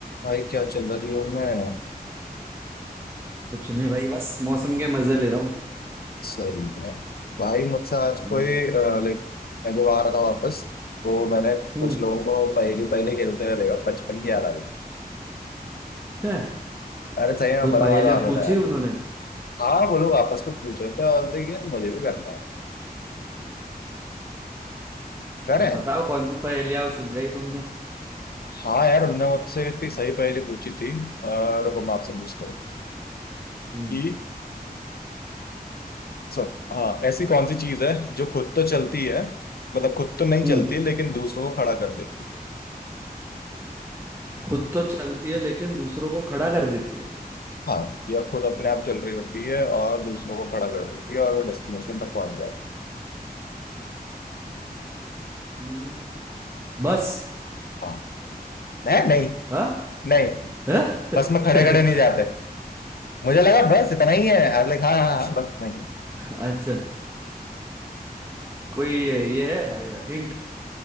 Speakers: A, on the left; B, on the right.
A: भाई क्या चल रहा जीवन में
B: कुछ नहीं भाई बस मौसम के मजे ले रहा हूँ
A: सही है भाई मुझसे आज
B: हम्म
A: कोई लाइक मैं जब आ रहा था वापस तो मैंने कुछ
B: हम्म,
A: लोगों को पहले पहले खेलते हुए देखा बचपन की याद आ गई
B: है।
A: अरे सही में
B: कोई
A: बड़ा
B: पहेलियाँ
A: मजा आता
B: पूछी
A: था यार
B: उन्होंने
A: हाँ वो लोग आपस में पूछ रहे थे और देखिए यार मुझे भी करना है कह रहे
B: तो
A: हैं,
B: बताओ कौन सी पहेलियाँ सुलझाई तुमने
A: हाँ यार उनने मुझसे इतनी सही पहेली पूछी थी और रुको मैं आपसे पूछता हूँ
B: हम्म
A: कि सब हाँ ऐसी कौन सी चीज है जो खुद तो चलती है मतलब खुद तो नहीं
B: हम्म
A: चलती लेकिन दूसरों को खड़ा कर देती
B: खुद तो चलती है लेकिन दूसरों को खड़ा कर देती है
A: हाँ यह खुद अपने आप चल रही होती है और दूसरों को खड़ा कर रही होती है और वो डेस्टिनेशन तक पहुंच जाती
B: हम्म। बस
A: है। हाँ नहीं नहीं
B: हाँ
A: नहीं
B: हाँ?
A: बस में खड़े
B: <laughs>
A: खड़े नहीं जाते मुझे लगा बस इतना ही है I like हाँ हाँ हाँ, बस इतना ही
B: अच्छा कोई ये है हिंट